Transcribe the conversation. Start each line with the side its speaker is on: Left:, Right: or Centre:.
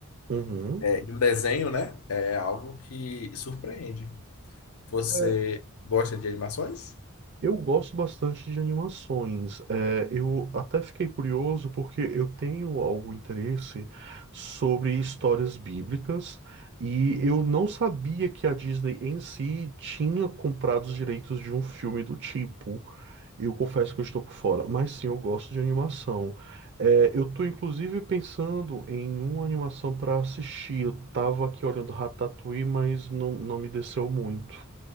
Right: uhum.
Left: é, de um desenho, né? É algo que surpreende. Você
Right: É,
Left: gosta de animações?
Right: eu gosto bastante de animações. É, eu até fiquei curioso porque eu tenho algum interesse sobre histórias bíblicas e eu não sabia que a Disney em si tinha comprado os direitos de um filme do tipo. Eu confesso que eu estou por fora, mas sim, eu gosto de animação. É, eu estou inclusive pensando em uma animação para assistir. Eu estava aqui olhando Ratatouille, mas não, não me desceu muito.